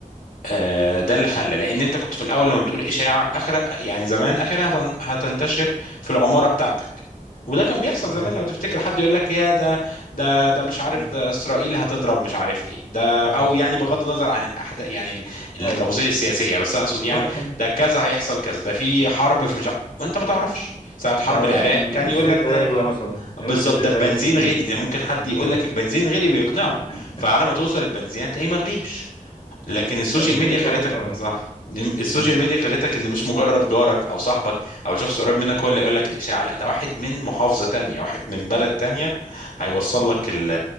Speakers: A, on the left; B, on the left.
A: آه، ده اللي خلى لان انت كنت في الاول لما بتقول اشاعه اخر يعني زمان اخرها هتن- هتنتشر في العماره بتاعتك وده كان بيحصل
B: صحيح
A: زمان لو تفتكر حد يقول لك يا ده ده ده مش عارف
B: مم.
A: ده اسرائيل هتضرب مش عارف ايه ده
B: مم.
A: او يعني بغض النظر عن الاحداث يعني ال- التفاصيل
B: اي
A: السياسيه بس اقصد
B: لا
A: يعني
B: كان
A: ده كذا هيحصل كذا ده في حرب في مش عارف وانت ما تعرفش ساعه حرب
B: ده
A: العراق
B: ال-
A: كان
B: الزيت
A: يقول لك ده
B: هيغلى
A: آه
B: مثلا
A: بالظبط
B: يقول لك الزيت
A: ده البنزين
B: هيغلى ال-
A: غلي ممكن حد
B: ال-
A: يقول لك البنزين غلي ويقنعك
B: <laughs>
A: فعلى ما توصل البنزين هتلاقيه مغليش لكن السوشيال
B: كان في
A: ميديا
B: إشاعات
A: خلتك
B: فعلا
A: صح السوشيال
B: مم.
A: ميديا خلتك ان مش مجرد جارك او صاحبك او شخص قريب منك هو اللي يقول لك الاشاعه لا ده واحد من محافظه تانية واحد من بلد تانية هيوصل لك ال